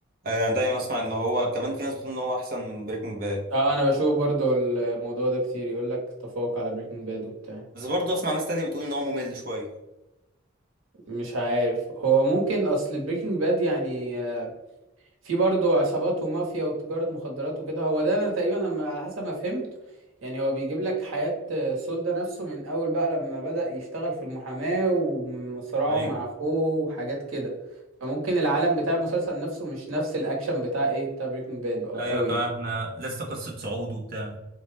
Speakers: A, on the right; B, on the right.
A: انا دايما اسمع ان هو كمان في ناس بتقول ان هو احسن من بريكنج باد
B: اه انا بشوف برضو الموضوع ده كتير يقول لك تفوق على بريكنج باد وبتاع
A: بس برضه اسمع ناس تانية بتقول ان هو ممل شويه
B: مش عارف هو ممكن اصل بريكنج باد يعني في برضه عصابات ومافيا وتجارة مخدرات وكده هو ده انا تقريبا لما على حسب ما فهمت يعني هو بيجيب لك حياة آه، سول ده نفسه من اول بقى لما بدأ يشتغل في المحاماة وصراعه
A: ايوه
B: مع اخوه وحاجات كده فممكن العالم بتاع المسلسل نفسه مش نفس الاكشن بتاع ايه بتاع بريكنج باد قوي
A: ايوه كمان احنا لسه قصه صعود وبتاع